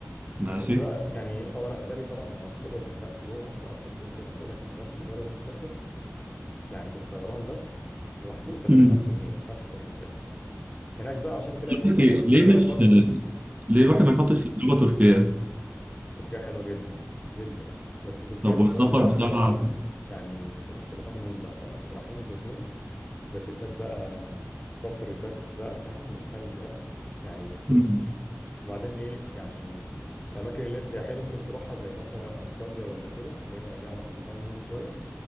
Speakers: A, on the right (about 30°); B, on the left (about 25°).
A: ماشي
B: بس بقى يعني اه لا بالي طبعا عشان كده بقول لك لا جوه مصر ارخص كده كده انا بقول لك انت بس مجرد انك تسافر يعني الطيران بس لوحده 80000
A: مم.
B: جنيه فتح كلام كده هناك بقى عشان تلاقي فندق
A: ليه
B: حلو خلي
A: ليه
B: بالك
A: مش
B: برضو
A: ليه الواحد
B: قول
A: ما يحطش في دماغه تركيا؟
B: تركيا حلوة جدا جدا بس تركيا
A: طب
B: في
A: والسفر
B: الوقت ده
A: بتاع
B: هتبقى تلج يعني مش مش هيبقى هاني مون بقى فاهم هتبقوا رايحين انتوا اتنين جاكيتات بقى بافر جاكيتس بقى فاهم وتلج بقى يعني
A: مم.
B: مش وبعدين ايه يعني الاماكن اللي هي السياحيه اللي ممكن تروحها زي مثلا انطاليا ولا كده اللي هي ليها علاقه بالهاني مون شويه